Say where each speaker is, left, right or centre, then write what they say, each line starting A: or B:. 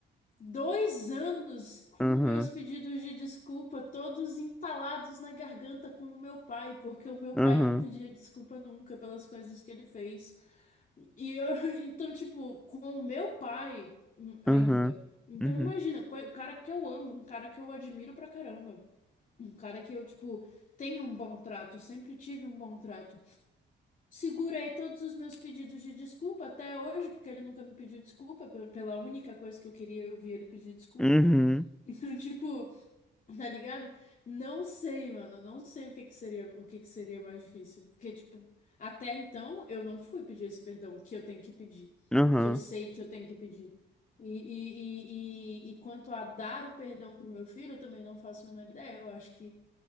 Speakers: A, on the left; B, in the centre.
A: Dois anos com
B: Aham,
A: meus pedidos de desculpa, todos entalados na garganta com o meu pai, porque o meu
B: aham,
A: pai não pedia desculpa nunca pelas coisas que ele fez. E eu, <laughs> então, tipo, com o meu pai hum, ainda.
B: aham,
A: Então,
B: uhum,
A: imagina, co- o cara que eu amo, um cara que eu admiro pra caramba, um cara que eu, tipo, tenho um bom trato, sempre tive um bom trato. Segurei todos os meus pedidos de desculpa até hoje, porque ele nunca me pediu desculpa, pe- pela única coisa que eu queria ouvir ele pedir desculpa.
B: uhum,
A: Então, tipo, tá ligado? Não sei, mano. Não sei o que que seria, o que que seria mais difícil. Porque, tipo, até então eu não fui pedir esse perdão que eu tenho que pedir.
B: aham,
A: Que eu sei que eu tenho que pedir. E, e, e, e, e quanto a dar o perdão pro meu filho, eu também não faço a menor ideia. Eu acho que,